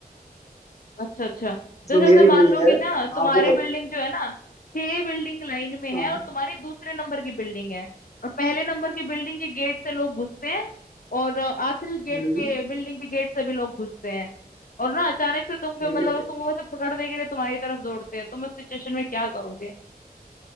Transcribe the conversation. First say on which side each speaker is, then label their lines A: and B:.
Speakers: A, on the left (about 60°); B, on the left (about 45°).
A: अच्छा अच्छा जैसे
B: जो
A: जैसे
B: मेरी
A: मान
B: बिल्डिंग
A: लो
B: है
A: कि ना
B: हाँ
A: तुम्हारी
B: वो बत
A: बिल्डिंग जो है ना छह बिल्डिंग लाइन में
B: हाँ
A: है और तुम्हारी दूसरे नंबर की बिल्डिंग है और पहले नंबर की बिल्डिंग के गेट से लोग घुसते हैं और अ, आखिरी गेट
B: हम्म
A: के बिल्डिंग के गेट से भी लोग घुसते हैं और ना अचानक से तुम
B: ठीक
A: पे मतलब
B: है ठीक
A: तुमको वैसे पकड़ने के लिए तुम्हारी तरफ दौड़ते हैं तुम उस सिचुएशन में क्या करोगे